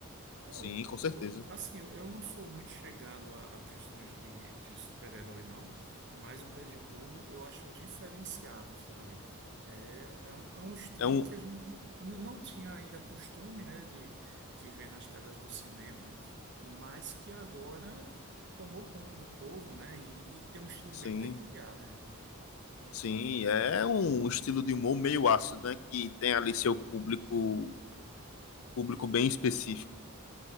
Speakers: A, on the right; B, on the left.
A: Pô,
B: Sim, com certeza.
A: eu- assim, eu, eu não sou muito chegado a, a questões de, de super-herói, não, mas o Deadpool eu acho diferenciado, sabe? É, é um, é um estilo
B: É um,
A: que a gente n- não tinha ainda costume, né, de, de ver nas telas do cinema, mas que agora tomou conta do povo, né? E, e tem um estilo
B: sim,
A: bem peculiar, né?
B: sim, é um estilo de humor meio ácido, né? Que tem ali seu público, público bem específico.